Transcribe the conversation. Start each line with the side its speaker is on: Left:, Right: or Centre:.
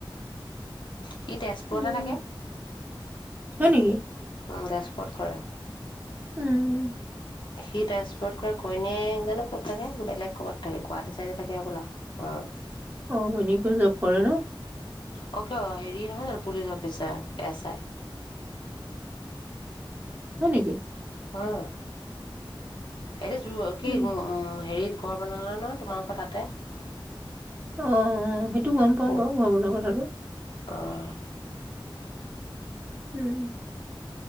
Left: সি তেজপুৰতে
Right: উম
Left: থাকে। উম,
Right: হয় নেকি
Left: তেজপুৰত কৰে।
Right: উম।
Left: সি তেজপুৰত কৰে ঘৈনীয়েক জানো ক'ত থাকে বেলেগ ক'ৰবাত থাকে গুৱাহাটী চাইডে থাকে হ'বলা অ'।
Right: অ', ঘৈনীয়েকো জব কৰে ন?
Left: অ', কিয় হেৰি নহয়, জানো পুলিচ অফিচাৰ? S I.
Right: হয়, নেকি?
Left: হয়। সেইতি যোৰ কি-হেৰি
Right: উম
Left: ঘৰ বনালা ন তোমালোকৰ তাতে?
Right: অ', অ', সেইটো গম পাওঁ
Left: ক'ত
Right: বাৰু ঘৰ বনোৱা কথাটো
Left: অ'।
Right: উম।